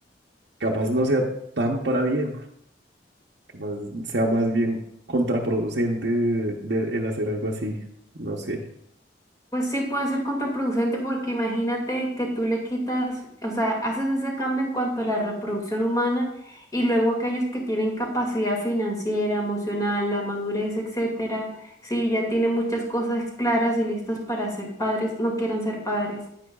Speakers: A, on the right; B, on the left.
A: capaz no sea tan para bien, capaz sea más bien contraproducente de- de- el hacer algo así, no sé.
B: Pues sí, puede ser contraproducente porque imagínate que tú le quitas, o sea, haces ese cambio en cuanto a la reproducción humana y luego aquellos que tienen capacidad financiera, emocional, la madurez, etcétera, si ya tienen muchas cosas claras y listas para ser padres, no quieran ser padres.